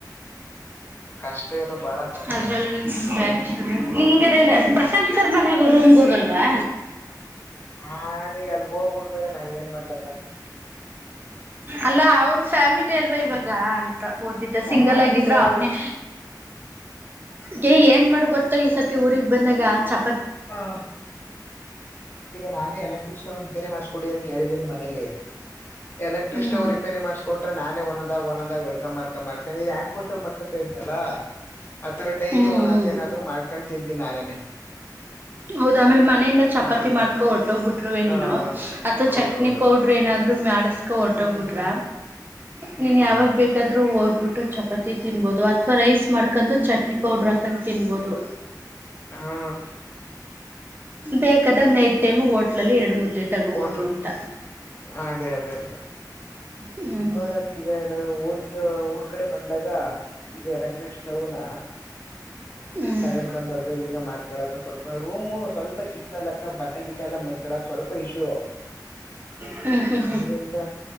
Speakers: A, on the left; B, on the right.
A: ಕಷ್ಟ ಏನು ಬಾಳ ಕಷ್ಟ
B: ಅದ್ರಲ್ಲೂ <unintelligible> <unintelligible> <inaudible> ರೂಮ್ಗೆ ಹೋಗಲ್ವಾ
A: ಹಾ ನೀ ಅಲ್ಗುುವ ಬುಡ್ ಬೇರ ನ ಏನ್ ಮಾಡ್ಲಕ್ಕ.
B: ಅಲ್ಲ ಅವ್ರ ಫ್ಯಾಮಿಲಿ ಅಲ್ವಾ ಇವಾಗ. ಓದಿದ್ದ
A: ಫ್ಯಾಮಿಲಿ
B: ಸಿಂಗಲ್ ಆಗಿದ್ರ
A: ಆದ್ರು
B: ಅವ್ರನೇ ಗೆ ಏನ್ ಮಾಡು ಗೊ ಈ ಸತಿ ಊರಿಗೆಗ್ ಬಂದಾಗ ಚ
A: ಹಾ ನಾನೇ ಎಲ್ಲಟ <unintelligible> ಬೇರಿ ಮಾಡಸ್ಕೊಡಿ ಅಂತ ಹೇಳಿದ್ದೀನಿ ಮನೆಲ್ಲಿ. ಎಲೆಕ್ಟ್ರಿಕ್
B: ಹ್ಮ್
A: ಸ್ಟವ್ ರಿಪೇರಿ ಮಾಡ್ಕೊಟ್ರೆ ನೇ ಒಂದದಾಗ ಒಂದದಾಗ ಅಡ್ಗ ಮಾಡ್ಕಾ ಮಾಡ ಯಾಕಂದ್ರೆ ಈ ಆ್ಯಾಂಡ್ ಪೋಸ್ಟರ್ ಮಾಡ್ಕೊತಾ ಇದನಲ್ಲಾ ಆಥರ ಡೈಲಿ
B: ಹ್ಮ್
A: ಓನಂತ
B: ಹ್ಮ್
A: ಏನಾದ್ರು ಮಾಡ್ಕೊಂಡು ತಿಂತನಿ ನಾನೇನೆ.
B: ಹೌದ ಆಮೇಲೆ ಮನೆಯಿಂದ ಚಪಾತಿ
A: ನಾನ್
B: ಮಾಡ್ಕೊಂಡ ಹೊರ್ಟ್ಟೋಗ್ಬ ಬಿಟ್ರುೇ ನೀನು
A: ಆ
B: ಅಥವಾ
A: ಹೌದೌದು
B: ಚಟ್ನಿ ಪೌಡ್ರ ಏನಾದ್ ಮೇಡಸ್ ಕ ಹೊಟ್ಟೋಗ್ಬಿಟ್ರ
A: ಹ್ಮ್ ಹ್ಮ್ ಹ್ಮ್
B: ನೀನ್
A: ಹ್ಮ್
B: ಯಾವಾಗ ಬೇಕಾದ್ೂ ಹೋಗ್ ಹಾಬಿಟ್ಟು ಚಪಾತಿ ತಿನ್ಬೋದು ಅಥವಾ ರೈಸ್ ಮಾಡ್ಕೊಂಡು ಚಟ್ನಿ ಪೌಡ್ರ್ ಹಾಕೊಂಡು ತಿನ್ಬೋದು.
A: ಹಾ
B: ಬೇಕಾದಾಗ ನೈಟ್ ಟೈಮ್ ಹೋಟ್ಲಲ್ಲಿ ಎರಡು ಮುದ್ದೆ ತಗೋಬೋದು
A: ಹೋಟ್ಲು
B: ಅಂತ
A: ಅದೇ <inaudible>
B: ಹ್ಮ್
A: ನೋಡತಿ ಈಗ ಏನ ಊರ್ಗೆ ಊರ್ ಕಡೆ ಬಂದಾಗ ಇದು ಎಲೆಕ್ಟ್ರಿಕ್ ಸ್ಟವ್ನಾ
B: ಹ್ಮ್
A: ತಗೊಂಡ್ ಬಂದ್ ಅಡ್ಗ ಗಿಡ್ಗ ಮಾಡ್ಕಳಕ ಸ್ವಲ್ಪ ರೂಮು ಸ್ವಲ್ಪ ಚಿಕ್ಕದಲಕ್ಕ ಬಟ್ಟೆ ಗಿಟ್ಟ ಎಲ್ಲ ಮಾಡ್ಕಳಕ್ ಸ್ವಲ್ಪ ಇಶ್ಯು
B: ಹ್ಮ್ ಹ್ಮ್
A: ಆದ್ರಿಂದ